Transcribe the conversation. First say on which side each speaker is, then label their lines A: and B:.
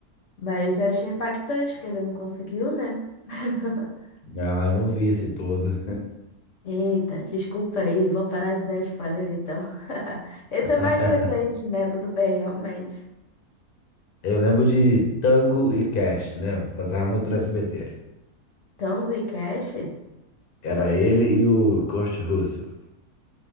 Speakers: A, on the left (about 60°); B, on the left (about 45°).
A: Mas eu achei impactante, porque ele não conseguiu, né? <laughs>
B: Ah, eu não vi esse todo.
A: Eita, desculpa aí, vou parar de dar spoiler então. <laughs> Esse
B: <laughs>
A: é mais recente, né? Tudo bem, realmente.
B: Eu lembro de Tango e Cash, lembro. Passava muito no S B T.
A: Tango e Cash?
B: Era ele e o Kurt Russell,